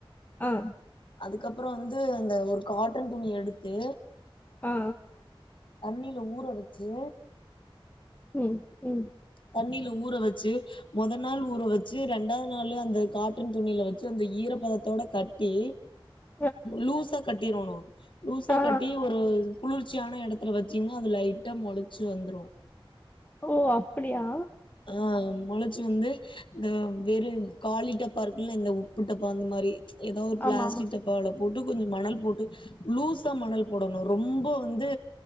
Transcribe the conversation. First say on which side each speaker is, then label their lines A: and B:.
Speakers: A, on the left; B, on the left.
A: ம்
B: அதுக்கப்றோ வந்து அந்த ஒரு காட்டன் துணி எடுத்து
A: ஆ
B: தண்ணில ஊற வெச்சு
A: ம் ம்
B: தண்ணீல ஊற வெச்சு மொத நாள் ஊற வெச்சு ரெண்டாவது நாள் அந்த காட்டன் துணியில வெச்சு அந்த ஈரப்பதத்தோட கட்டி
A: <inaudible>
B: லூசா கட்டிரோணு லூசா
A: ஆ
B: கட்டி ஒரு குளிர்ச்சியான எடத்துல வெச்சிங்கன்னா அது லைட்டா மமொளச்சு வந்துரு
A: ஓ அப்படியா
B: ஆ மொள ளச்சு வந்து இந்த வெறு காலி டப்பா இருக்குல்ல இந்த உப்பு டப்பா அந்த மாரி எதா ஒரு பிளாஸ்டிக்
A: ஆமா ஆமா
B: டப் ப்பல போட்டு கொஞ்சோ மணல் போட்டு லூஸா மணல் போடணு ரொம்ப வந்து